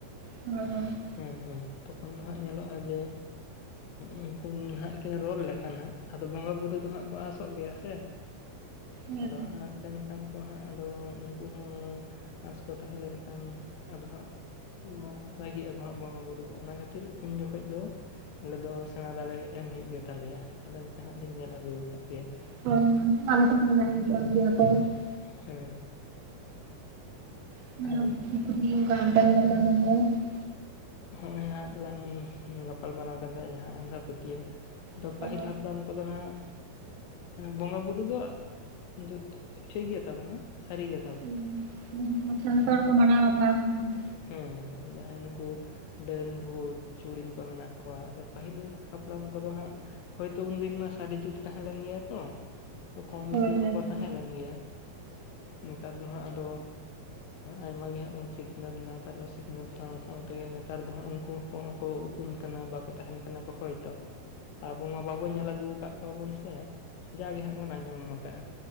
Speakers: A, on the right (about 80°); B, on the left (about 80°).
A: ᱦᱳᱭ ᱦᱳᱭ᱾
B: ᱦᱩᱸ ᱦᱩᱸ ᱛᱚᱠᱷᱚᱱ ᱫᱚ ᱦᱟᱸᱜ ᱧᱮᱞᱚᱜ-ᱟ ᱡᱮ ᱩᱱᱠᱩᱱ ᱱᱟᱦᱟᱸᱜ ᱠᱤᱱ ᱨᱚᱲ ᱞᱮᱠᱷᱟᱱ ᱦᱟᱸᱜ ᱟᱫᱚ ᱵᱚᱸᱜᱟ ᱵᱩᱨᱩ ᱫᱚ ᱦᱟᱸᱜ ᱠᱚ ᱟᱥᱚᱜ ᱜᱮᱭᱟ ᱥᱮ᱾
A: ᱦᱳᱭ᱾
B: ᱟᱫᱚ ᱟᱸᱥ ᱞᱮᱱ ᱠᱟᱱ ᱠᱚ ᱦᱟᱸᱜ ᱟᱫᱚ ᱩᱱᱠᱩ ᱦᱚᱸ ᱟᱸᱥ ᱠᱚ ᱛᱟᱦᱮᱸ ᱞᱮᱱᱠᱷᱟᱱ ᱟᱫᱚ ᱦᱟᱸᱜ ᱱᱚᱣᱟ ᱨᱟᱹᱜᱤᱜ ᱟᱠᱚ ᱦᱟᱸᱜ ᱵᱚᱸᱜᱟ ᱵᱩᱨᱩ ᱠᱚ ᱚᱱᱟ ᱠᱷᱟᱹᱛᱤᱨ ᱩᱱ ᱡᱚᱠᱷᱚᱡ ᱫᱚ ᱟᱞᱮ ᱫᱚ ᱥᱮᱲᱟ ᱫᱟᱨᱮ ᱮᱢ ᱦᱩᱭᱩᱜ ᱜᱮᱛᱟᱞᱮᱭᱟ᱾ ᱟᱞᱮ ᱱᱚᱛᱮ ᱦᱟᱸᱜ ᱞᱤᱧ ᱧᱮᱞ ᱟᱹᱜᱩ ᱟᱠᱟᱫ ᱜᱮᱭᱟ. ᱾
A: <unintelligible>
B: ᱦᱮᱸ
A: <unintelligible>
B: ᱟᱨ ᱦᱚᱜ-ᱚᱭ ᱦᱟᱸᱜ ᱞᱟᱝ ᱜᱟᱯᱟᱞ ᱢᱟᱨᱟᱣ ᱠᱟᱫᱟ ᱡᱟᱦᱟᱸ ᱟᱸᱫᱷᱟ ᱯᱟᱹᱛᱭᱟᱹᱣ ᱫᱚ
A: ᱚ
B: ᱯᱟᱹᱦᱤᱞ ᱦᱟᱯᱲᱟᱢ ᱠᱚᱫᱚ ᱦᱟᱸᱜ ᱵᱚᱸᱜᱟ ᱵᱩᱨᱩ ᱫᱚ ᱡᱩᱛ ᱴᱷᱤᱠ ᱜᱮᱭᱟ ᱛᱟᱵᱚᱱᱟ ᱥᱟᱹᱨᱤ ᱜᱮ᱾
A: <unintelligible> ᱡᱷᱚᱱ ᱛᱚᱲ ᱠᱚ ᱢᱟᱱᱟᱣ ᱵᱟᱛᱟᱣ ᱟᱹᱜᱩ ᱠᱟᱫᱟ᱾
B: ᱦᱩᱸ ᱦᱩᱸ ᱡᱟᱦᱟᱸᱭ ᱱᱩᱠᱩ ᱰᱟᱹᱱ, ᱵᱷᱩᱛ, ᱪᱩᱲᱤᱱ, ᱠᱚ ᱢᱮᱱᱟᱜ ᱠᱚᱣᱟ᱾ ᱟᱫᱚ ᱯᱟᱹᱦᱤᱞ ᱦᱟᱯ- ᱲᱟᱢ ᱠᱚᱫᱚ ᱦᱟᱸᱜ ᱦᱚᱭ ᱛᱚ ᱩᱱᱫᱤᱱ ᱢᱟ ᱥᱟᱹᱨᱤ ᱡᱩᱜᱽ ᱛᱟᱦᱮᱸ ᱞᱮᱱ ᱜᱮᱭᱟ ᱛᱚ᱾ ᱠᱚᱢ
A: ᱦᱳᱭ ᱦᱳᱭ
B: ᱵᱮᱥᱤ ᱨᱮᱦᱚᱸ
A: ᱮᱠᱫᱚᱢ
B: ᱠᱚ ᱛᱟᱦᱮᱸ ᱞᱮᱱ ᱜᱮᱭᱟ, ᱱᱮᱛᱟᱨ ᱩᱱ ᱦᱚᱲᱟᱜ ᱟᱫᱚ ᱟᱭᱢᱟ ᱜᱮ ᱦᱟᱸᱜ ᱵᱚᱱ ᱥᱤᱠᱷᱱᱟᱹᱛ ᱱᱟ, ᱛᱟᱨᱯᱚᱨ ᱥᱤᱠᱷᱱᱟᱹᱛ ᱥᱟᱶ ᱥᱟᱶ ᱛᱮᱜᱮ ᱱᱮᱛᱟᱨ ᱫᱚ ᱦᱟᱸᱜ ᱩᱱᱠᱩ ᱠᱚᱦᱚᱸ ᱠᱚ ᱩᱠᱩᱱ ᱠᱟᱱᱟ, ᱵᱟᱠᱚ ᱛᱟᱦᱮᱸᱱ ᱠᱟᱱᱟ ᱠᱚ ᱦᱚᱭ ᱛᱚ᱾ ᱟᱵᱚ ᱢᱟ ᱵᱟᱵᱚᱱ ᱧᱮᱞ ᱟᱹᱜᱩᱣ ᱠᱟᱜ ᱠᱚᱣᱟ ᱵᱚᱱ ᱥᱮ᱾ ᱡᱟᱜᱮ ᱦᱟᱸᱜ ᱵᱚᱱ ᱟᱸᱡᱚᱢ ᱠᱟᱜ-ᱟ᱾